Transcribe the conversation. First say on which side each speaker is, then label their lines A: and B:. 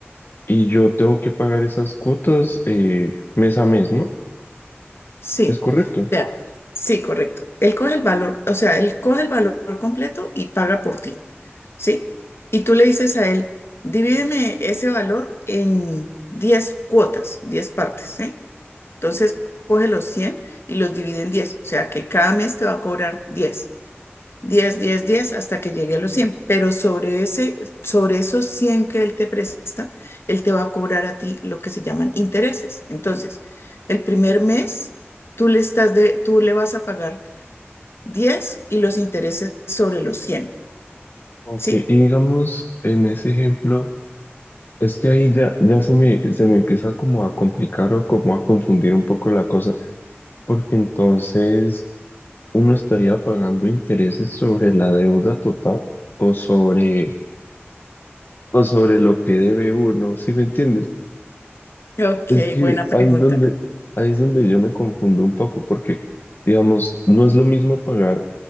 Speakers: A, on the left; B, on the left.
A: Y yo tengo que pagar esas cuotas eh, mes a mes, ¿no?
B: Sí,
A: Es correcto.
B: o sea, sí, correcto. Él coge el valor, o sea, él coge el valor completo y paga por ti, ¿sí? Y tú le dices a él, divídeme ese valor en 10 cuotas, 10 partes, ¿sí? Entonces coge los 100 y los divide en 10, o sea que cada mes te va a cobrar diez diez diez 10 hasta que llegue a los cien pero sobre, ese, sobre esos 100 que él te presta, él te va a cobrar a ti lo que se llaman intereses. Entonces, el primer mes tú le, estás de, tú le vas a pagar 10 y los intereses sobre los cien
A: Ok,
B: ¿sí?
A: Y digamos, en ese ejemplo, es que ahí ya, ya se me, se me empieza como a complicar o como a confundir un poco la cosa, porque entonces... uno estaría pagando intereses sobre la deuda total o sobre, o sobre lo que debe uno, ¿sí me entiendes?
B: Ok,
A: Es que
B: buena pregunta.
A: ahí es donde, ahí es donde yo me confundo un poco, porque, digamos, no es lo mismo pagar,